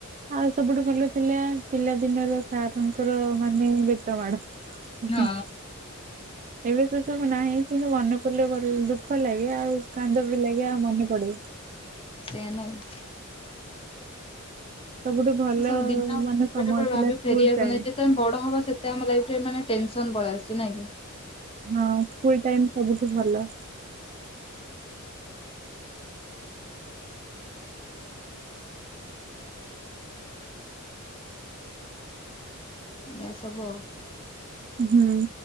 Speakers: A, on the right; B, on the left.
A: ଆଉ ସବୁଠୁ ଭଲ ଥିଲା ପିଲାଦିନର ସାରଙ୍କର ମାନେ ବେତ ମାଡ଼।
B: ହଁ
A: <inaudible> ଏବେ ସେସବୁ ନାହିଁ କିନ୍ତୁ ମନେ ପଡ଼ିଲେ ଭାରି ଦୁଃ ଖ ଲାଗେ ଆଉ କାନ୍ଦବି ଲାଗେ ଆଉ ମନେ ପଡ଼େ।
B: ସେଇଆ ନୁଁହକି।
A: ସବୁଠୁ ଭଲ
B: ସେସବୁ ଦିନ
A: ମାନେ ସମୟ
B: ବେଳେ ବେଳେ ଭାବେ
A: ଥିଲା ସ୍କୁଲ
B: ଫେରି ଆସନ୍ତାକି
A: ଟାଇମ
B: ଯଦି ଯେତେ ଆମେ ବଡ଼ ହବା ସେତେ ଆମ ଲାଇଫରେ ମାନେ ଟେନସନ୍ ପଳେଇ ଆସୁଚି ନାଇକି।
A: ହଁ ସ୍କୁଲ୍ ଟାଇମ୍ ସବୁଠୁ ଭଲ।
B: ଏଇଆ ସବୁ ଆଉ।
A: ହୁଁ।